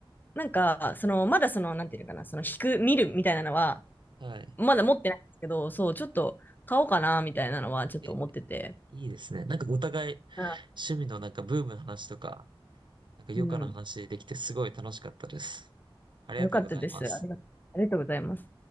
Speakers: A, on the left; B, on the right.
A: う、なんか、その、まだその、なんていうのかな、その、引く、見るみたいなのは、
B: はい。
A: まだ持ってないんですけど、そう、ちょっと買おうかな、みたいなのはちょっと思ってて。
B: え、いいですね。なんかお互い、
A: うん。
B: 趣味のなんかブームの話とか、なんか余暇の話できてすごい楽しかったです。
A: うん
B: ありがとうございます。
A: よかったです。ありがありがとうございます。